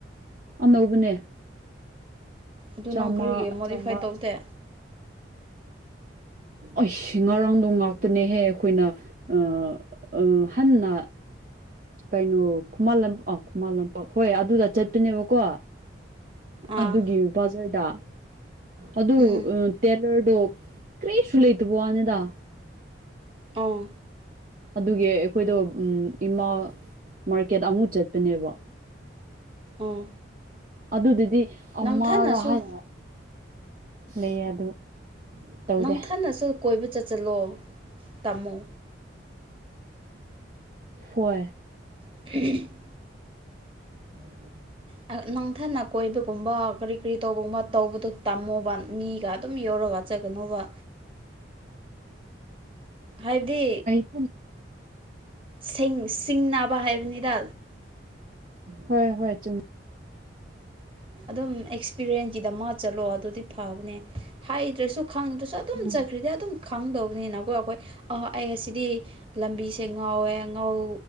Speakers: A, on the right; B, on the right.
A: ꯑꯅꯧꯕꯅꯦ
B: ꯑꯗꯨ
A: ꯆꯥꯝꯃ
B: ꯅꯪ ꯀꯔꯤꯒꯤ ꯃꯣꯗꯤꯐꯥꯏꯠ
A: ꯆꯥꯝꯃ
B: ꯇꯧꯗꯦ
A: ꯑꯁ ꯉꯔꯥꯡꯗꯣ ꯉꯥꯛꯄꯅꯦꯍꯦ ꯑꯩꯈꯣꯏꯅ ꯑꯥ ꯍꯟꯅ ꯀꯩꯅꯣ ꯈꯨꯃꯟ ꯂꯝꯄꯥꯛ ꯑ ꯈꯨꯃꯟ ꯂꯝꯄꯥꯛ ꯍꯣꯏ ꯑꯗꯨꯗ ꯆꯠꯄꯅꯦꯕ ꯀꯣ
B: ꯑꯥ
A: ꯑꯗꯨꯒꯤ ꯕꯖꯔꯗ ꯑꯗꯨ
B: ꯎꯝ
A: ꯇꯦꯂꯔꯗꯣ ꯀꯔꯤꯁꯨ ꯂꯩꯇꯕ ꯋꯥꯅꯤꯗ
B: ꯑꯥ
A: ꯑꯗꯨꯒꯤ ꯑꯩꯈꯣꯏꯗꯣ ꯏꯃꯥ ꯃꯥꯔꯀꯦꯠ ꯑꯃꯨꯛ ꯆꯠꯄꯅꯦꯕ
B: ꯑꯣ
A: ꯑꯗꯨꯗꯨꯗꯤ ꯑꯃꯔꯥ
B: ꯅꯪꯊꯅꯁꯨ
A: ꯍꯥꯏ ꯂꯩ ꯑꯗꯨ ꯇꯧꯗꯦ
B: ꯅꯪꯊꯅꯁꯨ ꯀꯣꯏꯕ ꯆꯠꯁꯤꯜꯂꯣ ꯇꯝꯃꯣ
A: ꯍꯣꯏ
B: <unintelligible>
A: <unintelligible>
B: ꯑ ꯅꯪꯊꯟꯅ ꯀꯣꯏꯕꯒꯨꯝꯕ ꯀꯔꯤ ꯀ꯭ꯔꯤ ꯇꯧꯕꯒꯨꯝꯕ ꯇꯧꯕꯗꯨ ꯇꯝꯃꯣꯕ ꯃꯤꯒ ꯑꯗꯨꯝ ꯌꯧꯔꯒ ꯆꯠꯀꯅꯣꯕ ꯍꯥꯏꯕꯗꯤ
A: <unintelligible>
B: ꯁꯤꯡ ꯁꯤꯡꯅꯥꯕ ꯍꯥꯏꯕꯅꯤꯗ
A: ꯍꯣꯏ ꯍꯣꯏ ꯆꯨꯝ
B: ꯑꯗꯨꯝ ꯑꯦꯛꯁꯄꯤꯔꯤꯌꯦꯟꯀꯤꯗꯃꯛ ꯆꯠꯂꯣ ꯑꯗꯨꯗꯤ ꯐꯕꯅꯦ ꯍꯥꯏꯗ꯭ꯔꯁꯨ ꯈꯪꯗ꯭ꯔꯁꯨ ꯑꯗꯨꯝ
A: ꯎꯝ
B: ꯆꯠꯈ꯭ꯔꯗꯤ ꯑꯗꯨꯝ ꯈꯪꯗꯧꯅꯤꯅ ꯑꯩꯈꯣꯏ ꯑ ꯑꯩ ꯉꯁꯤꯗꯤ ꯂꯝꯕꯤꯁꯦ ꯉꯧꯋꯦ ꯉꯧ